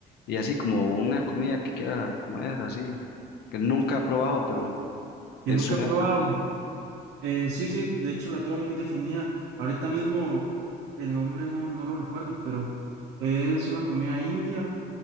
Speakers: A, on the left; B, on the right.
A: Y así como una comida que quiera comer, así, que nunca ha probado, pero
B: que
A: es
B: nunca
A: su
B: he
A: meta.
B: probado. Eh, sí, sí, de hecho la tengo muy definida. Ahorita mismo el nombre no, no lo recuerdo, pero es una comida india